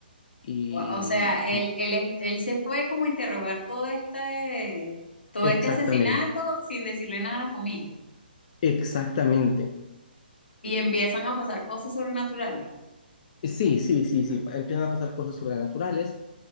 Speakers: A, on the left; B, on the left.
A: y
B: O, o sea, él, él, es- él se fue como a interrogar todo este, todo
A: exactamente,
B: este asesinato sin decirle nada a la familia.
A: exactamente.
B: Y empiezan a pasar cosas sobrenaturales.
A: Sí, sí, sí, sí, empiezan a pasar cosas sobrenaturales